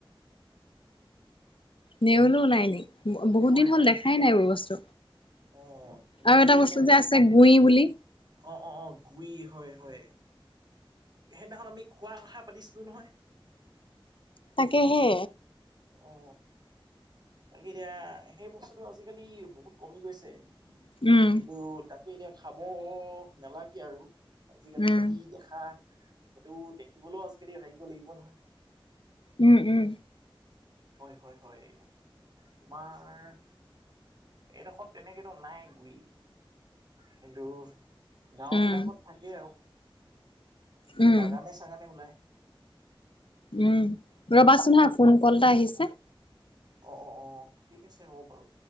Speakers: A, on the left; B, on the right.
A: নেউলো নাই নি? ব বহুত
B: হয়
A: দিন হ'ল
B: হয়
A: দেখাই নাই এইবোৰ বস্তু।
B: অ নেউল
A: আৰু এটা
B: বিলাকে
A: বস্তু যে আছ গুই বুলি।
B: অ, অ, অ গুই হয়, হয়। সেইদিনাখন আমি খোৱা কথা পাতিছিলো নহয়।
A: তাকেহে।
B: অ। তাকে এতিয়া সেই বস্তুটো আজি-কালি বহুত কমি গৈছে,
A: উম,
B: কিন্তু তাকে এতিয়া খাব নালাগে আৰু আজি-কালি
A: উম,
B: যদি দেখা সেইটো দেখিবলৈও আজি-কালি ভাগ্য লাগিব নহয়।
A: উম, উম।
B: হয়, হয়, হয়। তোমাৰ এইডোখৰত তেনেকেতো নাই গুই, কিন্তু গাঁও
A: উম,
B: বিলাকত থাকেই আও এই
A: উম,
B: বাগানে-চাগানে ওলায়।
A: উম, ৰবাচোন হা ফোন কল এটা আহিছে।
B: অ, অ, অ ঠিক আছে হ'ব বাৰু।